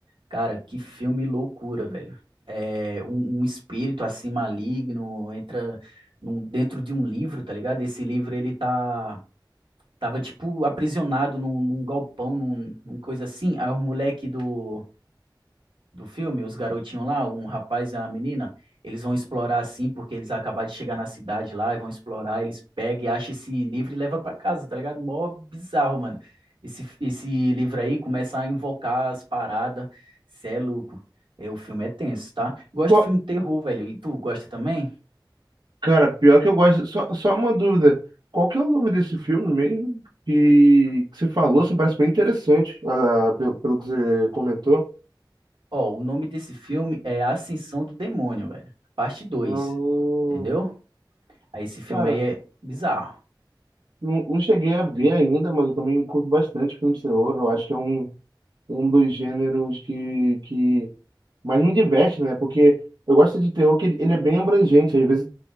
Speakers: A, on the right (about 85°); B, on the right (about 65°).
A: Cara, que filme loucura, velho. É um, um espírito assim maligno entra num- dentro de um livro, tá ligado? Esse livro ele tá tava tipo aprisionado num, num galpão, num, num coisa assim. Aí o moleque do do filme, os garotinhos lá, um rapaz e uma menina, eles vão explorar assim, porque eles acabaram de chegar na cidade lá e vão explorar, eles pegam e acham esse livro e levam pra casa, tá ligado? Mó bizarro, mano. Esse, esse livro aí começa a invocar as paradas, cê é louco. É, o filme é tenso, tá? Gosto
B: Qual-
A: de filme de terror, velho. E tu gosta também?
B: Cara, pior que eu gosto, só, só uma dúvida. Qual que é o nome desse filme mesmo? Que, que você falou, assim, parece bem interessante, ah, pelo, pelo que você comentou.
A: Ó, o nome desse filme é A Ascensão do Demônio, velho. Parte dois
B: Hum,
A: entendeu? Aí esse filme
B: cara.
A: aí é bizarro.
B: Não, não cheguei a ver ainda, mas eu também curto bastante filme de terror. Eu acho que é um, um dos gêneros que, que mais me diverte, né? Porque eu gosto de terror que ele, ele é bem abrangente. Às vezes